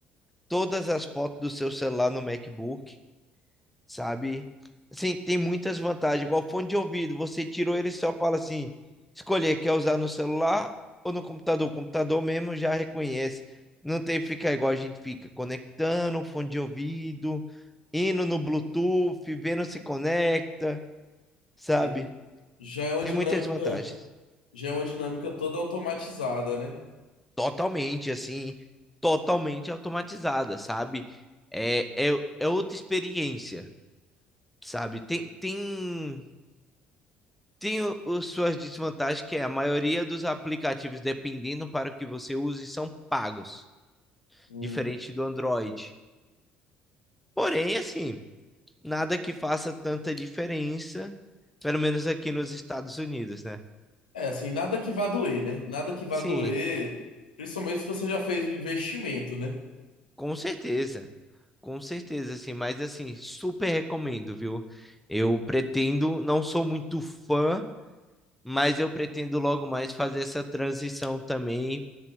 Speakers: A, in the centre; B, on the left.
A: todas as fotos do seu celular no MacBook, sabe? Assim, tem muitas vantagens. Igual fone de ouvido, você tirou ele e só fala assim, escolher, quer usar no celular ou no computador? O computador mesmo já reconhece. Não tem que ficar igual a gente fica, conectando o fone de ouvido, indo no Bluetooth, vendo se conecta, sabe?
B: E- Já é uma
A: Tem
B: dinâmica.
A: muitas vantagens.
B: Já é uma dinâmica toda automatizada, né?
A: Totalmente, assim, totalmente automatizada, sabe? É, é, é outra experiência. sabe? Tem, tem, tem o, o- suas desvantagens, que é a maioria dos aplicativos, dependendo para o que você use, são pagos,
B: Hum.
A: diferente do Android. Porém, assim, nada que faça tanta diferença, pelo menos aqui nos Estados Unidos, né?
B: É, assim, nada que vá doer, né? Nada que vá
A: Sim,
B: doer, principalmente se você já fez um investimento, né?
A: com certeza. Com certeza, assim, mas assim, super recomendo, viu? Eu pretendo, não sou muito fã mas eu pretendo logo mais fazer essa transição também